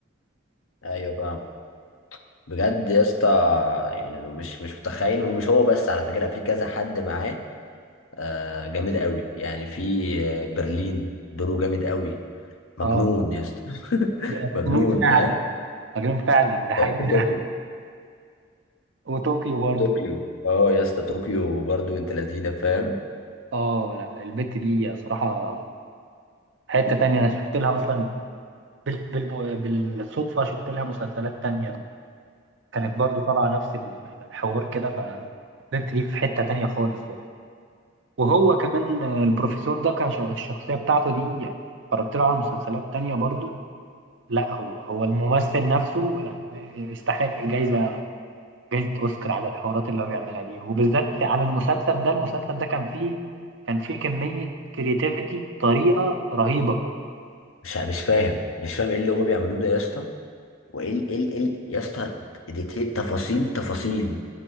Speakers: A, on the left; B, on the right.
A: ايوه فاهم بجد يا اسطى يعني أنا مش مش متخيل ومش هو بس على فكره في كذا حد معاه آه، جامد قوي يعني في آه، برلين دوره جامد قوي مجنون
B: اه
A: يا اسطى <laughs>
B: ده
A: مجنون
B: مجنون فعلا
A: فاهم
B: مجنون فعلا ده حقيقي
A: وطوكيو
B: <laughs> وطوكيو برضه
A: طوكيو اه يا اسطى طوكيو برضه انت لذينه فاهم
B: اه لا البت دي صراحة حتة تانية انا شفت لها اصلا بال... بال... بالصدفة شفت لها مسلسلات تانية كانت برضو طالعة نفس الحوار كده فالبنت دي في حتة تانية خالص برضه وهو كمان البروفيسور ده كان ش- الشخصية بتاعته دي يعني اتفرجت له على مسلسلات تانية برضو لا هو هو الممثل نفسه لا يستحق جايزة جايزة أوسكار على الحوارات اللي هو بيعملها دي وبالذات في- على المسلسل ده المسلسل ده كان فيه كان فيه كمية كرياتيفيتي بطريقة رهيبة
A: مش مش فاهم مش فاهم ايه اللي هما بيعملوه ده يا اسطى وايه ال- ايه ال- ايه ال- يا اسطى دي ت- تفاصيل تفاصيل